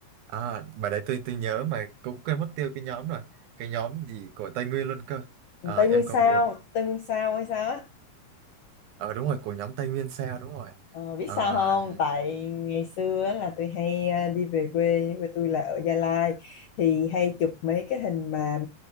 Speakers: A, on the right (about 75°); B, on the left (about 90°).
A: à, mà đấy tôi tôi nhớ mà cũng quên mất tiêu cái nhóm rồi cái nhóm gì của Tây Nguyên luôn cơ
B: đúng
A: à,
B: Tây
A: em
B: Nguyên sao
A: còn muốn
B: Tây Nguyên sao hay sao á
A: ờ đúng rồi của nhóm Tây Nguyên sao đúng rồi
B: Ờ, biết sao
A: Ờ,
B: không? Tại ngày xưa á là tôi hay à, đi về quê, quê tôi là ở Gia Lai thì hay chụp mấy cái hình mà